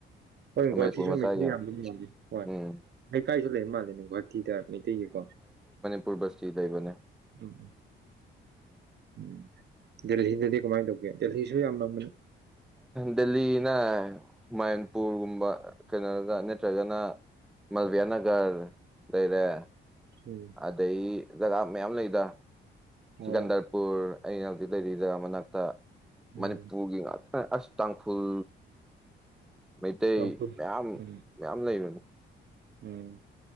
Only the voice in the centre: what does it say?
ꯃꯅꯤꯄꯨꯔ ꯃꯆꯥ
ꯌꯥꯝ
ꯎꯝ
ꯄꯕꯁꯇꯤ ꯂꯩꯕꯅꯦ
ꯗꯦꯜꯂꯤꯅ ꯃꯟꯄꯨꯔꯒꯨꯝꯕ ꯀꯩꯅꯣꯗ ꯅꯠꯇ꯭ꯔꯒꯅ ꯃꯜꯕꯤꯌꯥ ꯅꯒꯔ ꯂꯩꯔꯦ
ꯑꯗꯩ ꯖꯒꯥ ꯃꯌꯥꯝ ꯂꯩꯗ ꯁꯤꯀꯟꯗꯔꯄꯨꯔ
ꯑꯩ ꯉꯥꯛꯇꯤ ꯂꯩꯔꯤꯗꯖ ꯃꯅꯥꯛꯇ
ꯃꯅꯤꯄꯨꯔꯒꯤ ꯉꯥꯛꯇ ꯑꯁ ꯇꯥꯡꯈꯨꯜ ꯃꯩꯇꯩ
ꯃꯌꯥꯝ
ꯃꯌꯥꯝ ꯂꯩꯕꯅꯤ